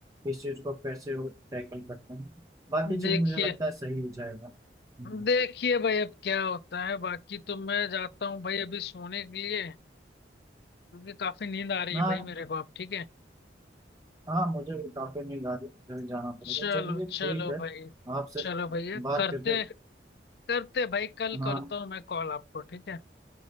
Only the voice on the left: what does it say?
देखिए
देखिए भाई अब क्या होता है बाकी तो मैं जाता हूँ भाई अभी सोने के लिए क्योंकि काफी नींद आ रही
है भाई मेरे को अब ठीक है
चलो
चलो
भाई
चलो भैया
करते
करते भाई कल
करता हूँ मैं कॉल आपको ठीक है